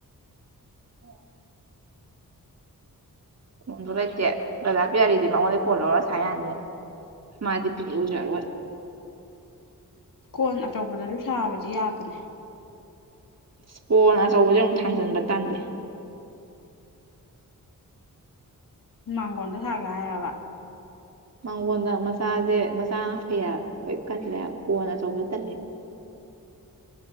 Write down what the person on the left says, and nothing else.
ꯀꯣꯟ ꯑꯆꯧꯕꯗꯁꯨ ꯁꯥꯕꯗꯤ ꯌꯥꯕꯅꯦ
ꯃꯥꯡꯒꯣꯟꯗ ꯁꯥꯒꯦ ꯍꯥꯏꯔꯕ